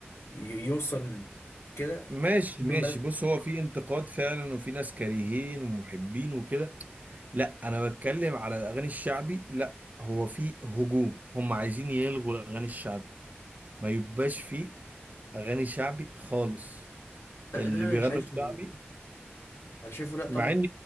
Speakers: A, on the left (about 85°); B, on the right (about 40°).
A: ي- يوصل كده
B: ماشي
A: يعني يقدم
B: ماشي
A: بلد
B: بص هو في انتقاد فعلا وفي ناس كارهين ومحبين وكده لا انا بتكلم على الاغاني الشعبي لا هو في هجوم هم عايزين يلغوا الاغاني الشعبي ما يبقاش في اغاني شعبي خالص
A: لا
B: اللي
A: ده انا
B: بيغنوا
A: شايفه
B: شعبي
A: انا شايفه لا طبعا
B: مع ان